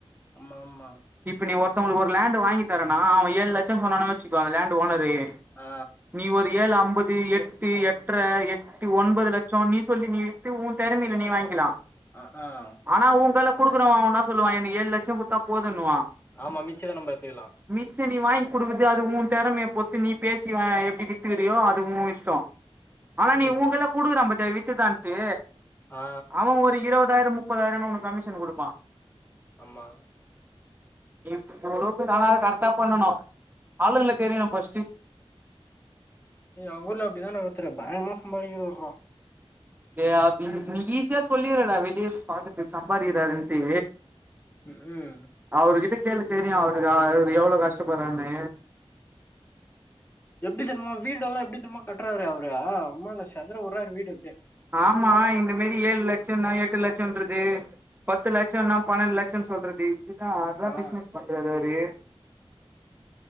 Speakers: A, on the left; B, on the right.
A: ஆமா ஆமா
B: இப்ப நீ ஒருத்தவங்களுக்கு ஒரு லேண்டு வாங்கி தரனா அவன் ஏழு லட்சோ சொன்னான வச்சுக்கோ அந்த லேண்டு ஓனரு
A: ஆ
B: நீ ஒரு ஏழு அம்பது எட்டு எட்ற எ ஒன்பது லட்சோ நீ சொல்லி நீ வித்து ஊ தெறமையில நீ வாங்கிக்கலா
A: ஆ ஆ
B: ஆனா ஊ கையில குடுக்குறவ அவனா சொல்லுவா எனக்கு ஏழு லட்சோ குடுத்தா போதன்னுவா
A: ஆமா மிச்சத நம்ம எத்துக்கலா
B: மிச்ச நீ வாங்கி குடுக்குறது அது ஊ தெறமைய பொத்து நீ பேசி எப்டி வித்துக்கறியோ அது ஓ இஷ்டோ ஆனா நீ
A: ம்
B: உ கைல குடுக்கிறா பாத்தியா வித்துதாண்டு
A: ஆ
B: அவன் ஒரு இருவதாயரோ முப் ப்பதாயரோன்னு ஒனக் கமிஷன் குடுப்பா
A: ஆமா
B: இ இவ்ளோ பேரு ஆனா அது கரெட்டா பண்ணணு ஆளுங்கள தெரியணு ஃபர்ஸ்ட்டு
A: அவங்கஊர்ல அப்டித்தான ஒருத்தரு பயங்கரமா சம்பாதிக்கிறவர்ரா
B: ஏ அப்டி நி நீ ஈஸியா சொல்லிரடா வெளியே பாத்துட்டு சம்பாதிக்கிறாருன்ட்டு
A: ம்
B: அவரு கிட்ட கேளு தெரியு அவருக்கு அவுரு எவ்ளோ கஷ்டப்பறான்னு
A: எப்டி தெரிமா வீடெல்லா எப்டி தெரிமா கட்டுறாரு அவரு அம்மாங்க செதற விடுறாரு வீடு அப்டியே
B: ஆமா இந்த மேரி ஏழு லட்சம்ன எட்டு லட்சம்ன்றது பத்து லட்சொன்னா பன்னெட்டு லட்சொன்னுசொல்றது இப்டிதா அதா
A: ஆ
B: பிஸ்னஸ் பண்றாரு அவுரு